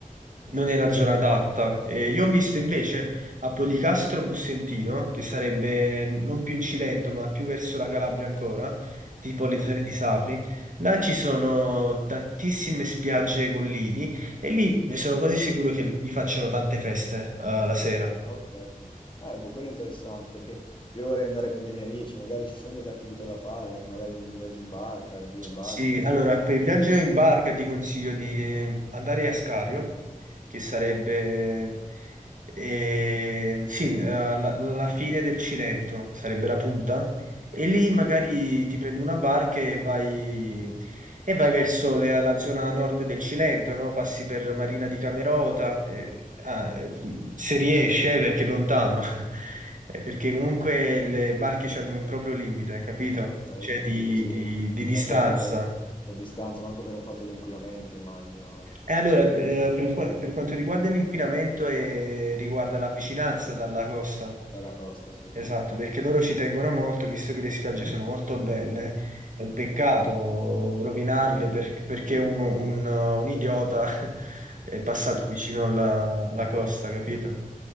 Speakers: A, on the right; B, on the left.
A: non è la zona adatta. E io ho visto invece a Policastro Bussentino, che sarebbe non più in Cilento, ma più verso la Calabria ancora, tipo
B: ok,
A: le zone di Sapri, là ci sono tantissime spiagge con lidi e lì sono quasi sicuro che vi facciano tante feste, eh, la sera.
B: ah, ok. Eh, boh, quello è interessante perché io vorrei andare con dei miei amici, magari ci sono delle attività da fare, un- magari un viaggio in barca, un giro in barca.
A: Sì, allora per il viaggio in barca ti consiglio di andare a Scario, che sarebbe eh, sì, eh, la, la fine del Cilento, sarebbe la punta, e lì magari ti prendi una barca e vai e vai verso la, la zona nord del Cilento, no? Passi per Marina di Camerota, eh, ah, eh, se riesce, eh, perché è lontano, <laughs>
B: Mm.
A: Eh, perché comunque le barche hanno un proprio limite, capito?
B: Ok,
A: Cioè
B: capito,
A: di,
B: sì.
A: di- di distanza.
B: Ma certo, per, per distanza, ma anche per un fatto di inquinamento, immagino,
A: E allora, eh, per, qua- per quanto riguarda l'inquinamento e riguarda la vicinanza dalla costa,
B: dalla costa, sì.
A: Esatto, perché loro ci tengono molto, visto che le spiagge sono molto belle, è un peccato rovinarle per- perché un, un- un idiota <laughs> è passato
B: Sì, sì.
A: vicino alla, alla costa, capito?